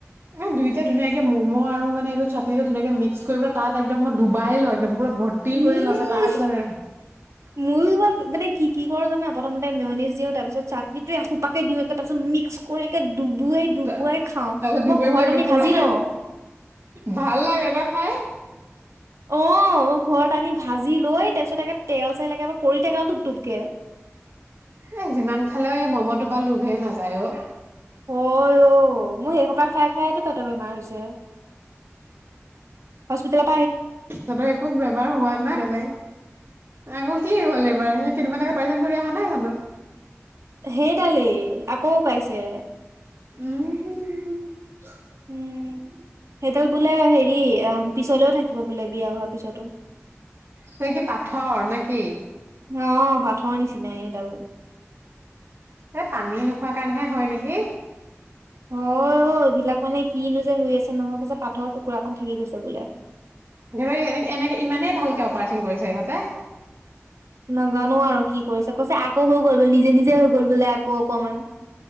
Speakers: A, on the right; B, on the right.
A: এ দুইটা ধুনীয়াকে ম'ম' আৰু মানে এইটো চাটনিটো ধুনীয়াকে মিক্স কৰি লৈ তাত একদম মই ডুবাই লওঁ একদম। পুৰা ভৰ্তি
B: উম
A: কৰি লৈ তাৰপিছত
B: ময়ো মানে কি-কি কৰো জানা প্ৰথমতে মেয়নিজ দিওঁ তাৰপিছত চাটনিটোয়ে এসোপা কে দিওঁ একে তাৰপিছত মিক্স কৰি ডুবোৱাই-ডুবোৱাই
A: তাৰপিছত
B: খাওঁ
A: ডুবাই
B: মই
A: পেলাই
B: ঘৰত
A: একদম
B: আনি
A: পুৰা
B: ভাজি লওঁ।
A: ভাল লাগে দেই খাই।
B: অ' মই ঘৰত আনি ভাজি লৈ তাৰ পিছত একে তেল চেল একেবাৰে পৰি থাকে ন টুপ-টুপকে।
A: এ যিমান খালেও এই ম'ম'টো পা লোভে নাযায় অ।
B: হয় অ, মোৰ সেইসোপা খাই-খাই টো পেটৰ বেমাৰ হৈছে। হস্পিটালত
A: তুৰ তহ একো বেমাৰ হোৱা নাই বেলেগ? আকৌ কি হ'ল
B: উম
A: এইবাৰ। সেই কেইদিন মান আগত অপাৰেচন কৰি অহা নাই জানো?
B: সেইডালেই আকৌ উকাইছে।
A: উম'।
B: উম', সেইডাল বোলে হেৰি অ, পিছলেও থাকিব বোলে বিয়া হোৱাৰ পিছতো।
A: সেই কি পাথৰ নে কি?
B: অ'। পাথৰ নিচিনাই এডাল।
A: এই পানী নোখোৱা কাৰণেহে হয় নেকি?
B: হয় অ'। অ', এইবিলাক মানে কিনো যে হৈ আছে নহয়, কৈছে পাঠৰ টুকুৰা অকন থাকি গৈছে বোলে।
A: ধৰ এ-এনেকে ইমানেই ভালকে অপাৰেচন কৰিছে সিহঁতে?
B: নাজানো আৰু কি কৰিছে, কৈছে আ আকৌ হৈ গ'ল বোলে, নিজে-নিজে হৈ গ'ল বোলে আকৌ অকমান।